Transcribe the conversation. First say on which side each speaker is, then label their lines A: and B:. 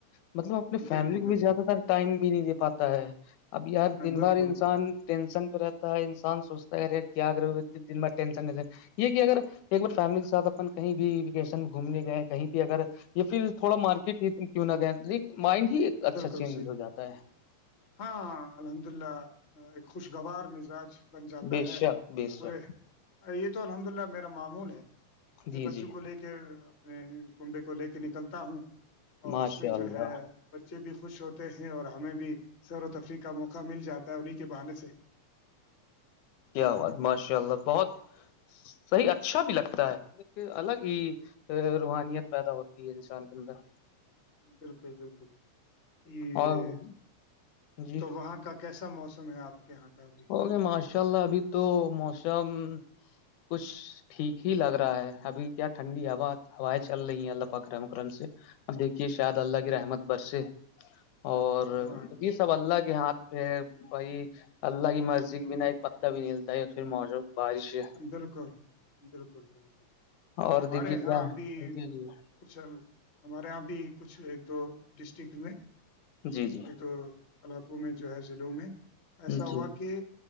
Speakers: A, on the left; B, on the left.
A: مطلب اپنی فیملی
B: بالکل
A: کو بھی
B: بالکل
A: زیادہ تر ٹائم بھی نہیں دے پاتا ہے- اب یار دن بھر
B: بالکل
A: انسان
B: بالکل
A: ٹینشن پہ رہتا ہے انسان سوچتا ہے- ج گگر دن بٹ ٹسن یہ کہ اگر ایک بار فیملی کے ساتھ اپن کہیں بھی ویکیشن گھومنے گئے کہیں بھی اگر یا پھر- تھوڑا مارکیٹ ہی کیوں نہ گیایں ل مائنڈ ہی- اچھا
B: بالکل
A: چینج
B: صی
A: ہو جاتا ہے
B: ہاں الحمد اللہ ایک خوشگوار مزاج بن جاتا
A: بے
B: ہے
A: شک بے شک
B: پورے- یہ تو الحمد للہ میرا معمول ہے
A: جی
B: میں بچوں
A: جی
B: کو لے کے- میں کنبے کو لے کے نکلتا ہوں اور
A: ماشاء
B: اس میں
A: اللہ
B: جو ہے- بچے بھی خوش ہوتے ہیں اور ہمیں بھی سیر و تفریح کا موقع مل جاتا ہے انہیں کے بہانے سے-
A: کیا آواز
B: تو
A: ماشاء اللہ بہت صحیح اچھا بھی لگتا ہے- الگ ہی روحانیت پیدا ہوتی ہے انسان کے اندر-
B: بالکل- بالکل یہ
A: اور جی
B: تو وہاں کا کیسا موسم ہے آپ کے یہاں کا ابھی
A: اوکے ماشاء اللہ ابھی تو موسم کچھ ٹھیک ہی لگ رہا ہے ابھی کیا ٹھنڈی ہوا ہوائیں چل رہی ہیں اللہ پکرم اکرم سے- اب دیکھیے شاید اللہ کی رحمت برسے اور
B: ہاں انشاء
A: یہ سب اللہ کے ہاتھ پہ بائی اللہ کی مسجی بھی نہ ایک پتا بھی ملتا ہے اور پھر مو بارش- ہے۔
B: بالکل- بالکل- بالکل
A: اور
B: ہمارے
A: دیکھیے
B: یہاں
A: کیا
B: اب
A: ہے جی
B: کچھ ہمارے یہاں بھی کچھ ایک دو ڈسٹرکٹ میں-
A: جی- جی
B: ایک علاقوں میں جو ہے ضلوں میں ایسا
A: جی
B: ہوا کہ